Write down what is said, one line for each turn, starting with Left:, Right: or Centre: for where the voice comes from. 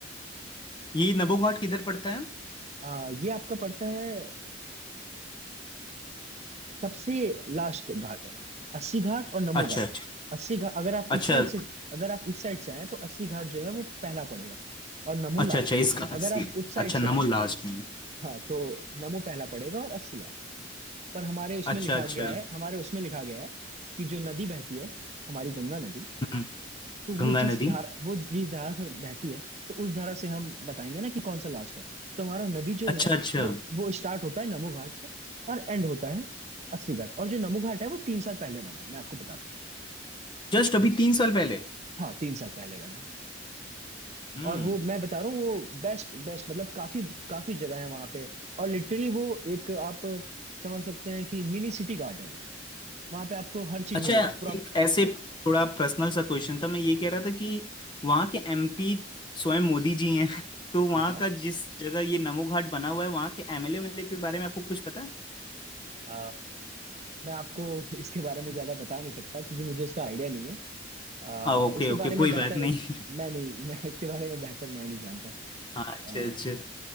Left: ये नमो घाट किधर पड़ता है
Right: आ, ये आपका पड़ता है सबसे लास्ट घाट है अस्सी घाट और नमो
Left: अच्छा
Right: घाट
Left: अच्छा
Right: अस्सी घाट अगर आप
Left: अच्छा
Right: इस साइड से अगर आप इस साइड से आए तो अस्सी घाट जो है वो पहला पड़ेगा और नमो
Left: अच्छा
Right: लास्ट
Left: अच्छा इसका
Right: अगर
Left: अस्सी
Right: आप उस साइड
Left: अच्छा
Right: से
Left: नमो
Right: आए
Left: लास्ट में
Right: हाँ तो नमो पहला पड़ेगा और अस्सी लास्ट पर हमारे उसमें
Left: अच्छा
Right: लिखा
Left: अच्छा
Right: गया है हमारे उसमें लिखा गया है कि जो नदी बहती है हमारी गंगा नदी
Left: हम्म,
Right: तो वो
Left: गंगा
Right: जिस
Left: नदी
Right: धारा वो जिस धारा से बहती है तो उस धारा से हम बताएंगे ना कि कौन सा लास्ट है तो हमारा नदी जो
Left: अच्छा
Right: है
Left: अच्छा
Right: वो वो स्टार्ट होता है नमो घाट से और एंड होता है अस्सी घाट और जो नमो घाट है वो तीन साल पहले बना है मैं आपको बता सकता
Left: जस्ट अभी तीन साल पहले
Right: हूँ हाँ तीन साल पहले बना है
Left: हम्म
Right: और वो मैं बता रहा हूँ वो बेस्ट बेस्ट मतलब काफी काफी जगह है वहां पे और लिटरली वो एक आप समझ सकते हैं कि मिनी सिटी घाट है वो वहां पे आपको हर चीज
Left: अच्छा
Right: मिलेगा पूरा
Left: एक ऐसे थोड़ा पर्सनल सा क्वेश्चन था मैं ये कह रहा था कि वहाँ के एमपी स्वयं मोदी जी हैं <laughs> तो वहाँ
Right: हाँ हाँ
Left: का जिस जगह ये नमो घाट बना हुआ है वहाँ के एमएलए एमएलए के बारे में आपको कुछ पता है
Right: अ, मैं आपको इसके बारे में ज्यादा बता नहीं सकता क्योंकि मुझे इसका आइडिया नहीं है आ,
Left: ओके
Right: इसके
Left: ओके
Right: बारे में
Left: कोई
Right: बेहतर
Left: बात नहीं
Right: मैं नहीं मैं <laughs> इसके बारे में बेहतर मैं नहीं जानता
Left: हाँ अच्छे
Right: आ,
Left: अच्छे